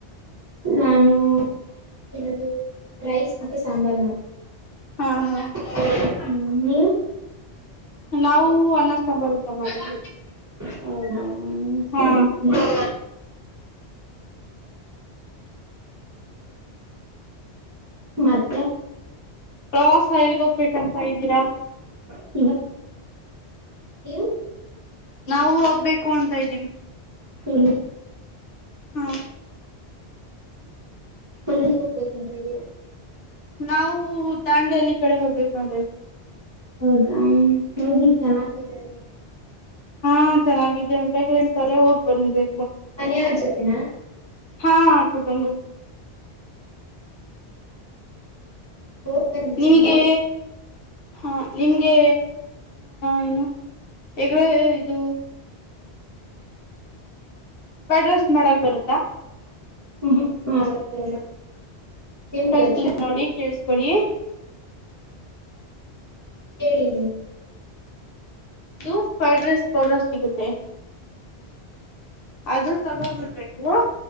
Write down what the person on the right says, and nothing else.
ನಾನು ಏನದು ರೈಸ್ ಮತ್ತೆ ಸಾಂಬಾರ್ ಮಾಡ
ಹ್ಮ ನೀವು
ಹೌದಾ ಸರಿ
ಸರಿ ಮತ್ತೆ
<unintelligible> ನೀವು
<unintelligible>
ಎಲ್ಲಿಗೆ ಹೋಗ್ಬೇಕು ಅಂತ ಇದ್ದೀರಾ
ಹೌದಾ ಹೋಗಿ ಚೆನ್ನಾಗಿದೆ ಅಲ್ಲೆಲಾ
ಮನೆಯವ್ರ ಜೊತೆನಾ
ಹೋಗ ಬನ್ನಿ
ಚೆನ್ನಾಗಿದೆ
ಹ್ಮ ಹ್ಮ ಮಾಡಕ್ ಬರಲ್ಲ ನಿಮಗ್
ಬರುತ್ತಾ
ಹೇಳಿನಿ